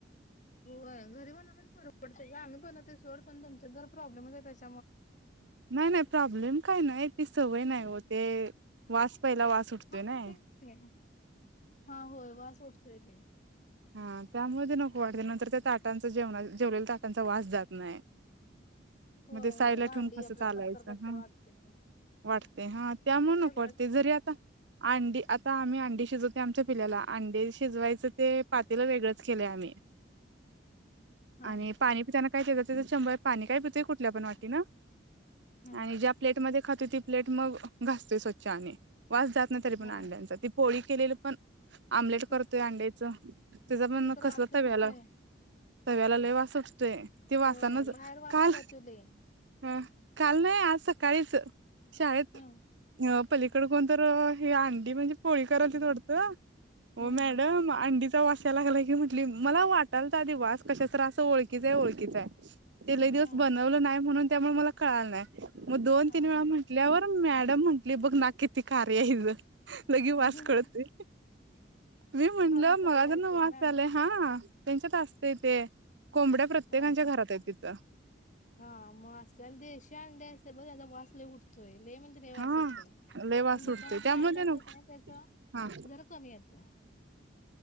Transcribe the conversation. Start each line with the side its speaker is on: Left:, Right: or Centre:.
Left: होय, घरी बनवलेलेच बरं पडतंय गं. आम्ही बनवतोय सोड. पण तुमच्या तर प्रॉब्लेमच आहे त्याच्या
Right: नाही नाही प्रॉब्लेम काय नाही ती सवय नाही व ते वास पहिला वास उठतोय
Left: हा
Right: ना
Left: मग तेच कि हा होय वास उठतोय लयी.
Right: हा त्यामुळे नको वाटते नंतर त्या ताटांच जेवणा जेवलेल्या ताटांचा वास जात नाही
Left: होय
Right: मग ते साईडला
Left: होय भांडी
Right: ठेवून कस
Left: आपल्याला
Right: चालायचं
Left: कसतर कसतर
Right: हा
Left: वाटतंय.
Right: वाटते हा त्यामुळे
Left: ते सगळं
Right: नको वाटते जरी आता अंडी आता आम्ही अंडी शिजवत नाही आमच्या पिल्ल्याला अंडी शिजवायचं ते पातील वेगळंच केलंय आम्ही.
Left: हा
Right: आणि पाणी पिताना. <unintelligible> त्याच्यामुळे पाणी काय पितो कुठल्या पण वाटीन.
Left: हम्म
Right: आणि ज्या प्लेटमध्ये खाते ती प्लेट मग घासते स्वच्छ आणि वास जात नाही तरी पण
Left: हा
Right: अंड्यांचा ती पोळी केलेलं पण आमलेट
Left: ते
Right: करतोय अंड्याचं पण
Left: त्याचा तर
Right: कसलं
Left: वास लय
Right: तव्याला
Left: उठतोय
Right: तव्याला लयी वास सुट ते ते वासानच
Left: होय बाहेर वास
Right: काल
Left: जातोय लय.
Right: ह काल नाही आस काहीच शाळेत
Left: हम्म.
Right: अ पलीकड कोण तर ह अंडी म्हणजे पोळी करालतीत वाटतं. हो
Left: हम्म
Right: मॅडम अंडीचा वास म्हटल मला वाटालत अधि वास कशाचा तरी अस ओळखीचा आहे. ओळखीचा आहे. ते लय दिवस
Left: हम्म
Right: बन वलं नाही म्हणून त्यामुळे मला कळाल नाही. मग दोन
Left: हा
Right: तीन वेळा
Left: हा.
Right: म्हटल्यावर म म्हटली बघ ना किती कार्य आहें ईच. लगे वास
Left: हम्म
Right: कळतोय. मी म्हटलं
Left: खाऊन सवय
Right: मला
Left: असेल
Right: वास
Left: ना
Right: आले हा त्यांच्यात ते कोंबड्या प्रत्येकांच्या
Left: हा ह
Right: घरात आहेत तिथं
Left: हा मग असते देशी अंडे असतील बघा त्यांचा वास लय उठ <unintelligible> लय म्हणजे लय वास
Right: हा
Left: येतेय.
Right: लय वास
Left: आणि
Right: सुटतोय
Left: दुकानातल्या
Right: त्यामुळे
Left: अंड्या
Right: ते
Left: असतात
Right: नको
Left: ना त्याच
Right: हा
Left: जरा कमी येतय.